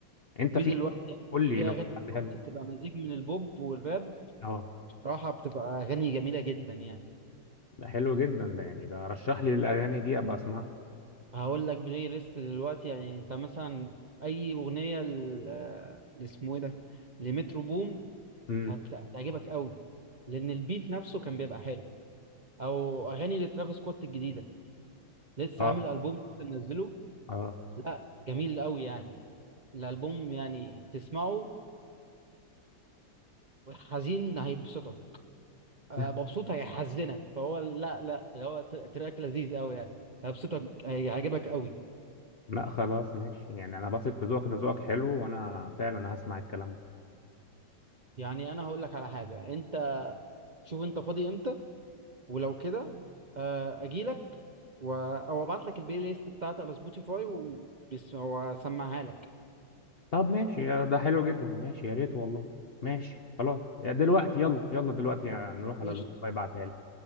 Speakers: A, on the left (about 50°); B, on the right (about 65°).
A: انت
B: في
A: في
B: دلوقتي
A: قول لي
B: في
A: لو
B: اغاني
A: في حد
B: دلوقتي
A: حلو
B: بتبقى مزيج من البوب والراب
A: اه
B: بصراحه بتبقى اغاني جميله جدا يعني
A: ده حلو جدا ده يعني ده رشح لي الاغاني دي ابقى اسمعها
B: هقول لك بلاي ليست دلوقتي يعني انت مثلا اي اغنيه ل- آه، اسمه ايه ده لمترو بوم
A: امم
B: هت- هتعجبك قوي لان البيت نفسه كان بيبقى حلو او اغاني لترافيس سكوت الجديده لسه
A: اه
B: عامل البوم لسه منزله
A: اه
B: لا جميل قوي يعني الالبوم يعني تسمعه حزين هيبسطك آه،
A: <laughs>
B: مبسوط هيحزنك فهو لا لا اللي هو تر- تراك لذيذ قوي يعني هيبسطك هيعجبك قوي
A: لا خلاص ماشي يعني انا بثق في ذوقك ده ذوقك حلو وانا فعلا هسمع الكلام ده
B: يعني انا هقول لك على حاجه انت شوف انت فاضي امتى ولو كده آه، اجيلك و... او ابعت لك البلاي ليست بتاعتي على سبوتيفاي و... بس- واسمعها لك
A: طب ماشي ده حلو جدا ماشي يا ريت والله ماشي خلاص يا دلوقتي يلا يلا دلوقتي يعني نروح على
B: قشطة
A: سبوتيفاي بعتها لي